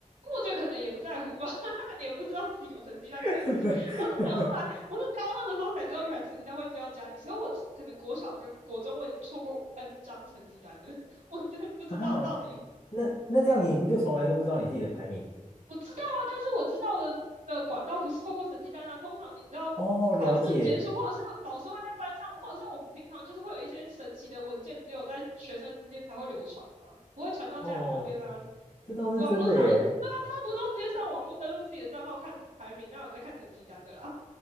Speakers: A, on the right (about 80°); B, on the left (about 85°).
A: 我觉得可能也不在乎吧，<laughs> 他可能也不知道自己有成绩单这件事情。
B: <laughs>
A: 我是很后来，我是高二的时候才知道，原来成绩单会寄到家里，所以我可能国小跟国中我已经错过 N 张成绩单了，<laughs> 我真的不知道到底
B: 哈哈，那那这样你不就从来都不知道你自己的排名？
A: 我知道啊，但是我知道的的管道不是透过成绩单啊。通常你知道考试结束，
B: 哦，了解，
A: 或者是老师会在班上，或者是我们平常就是会有一些神奇的文件，只有在学生之间才会流传嘛，不会传到家长那边啊。
B: 哦，这倒是真的耶。
A: 网络上也，对啊，大家不都直接上网络登录自己的账号看排名，那有人在看成绩单的啦？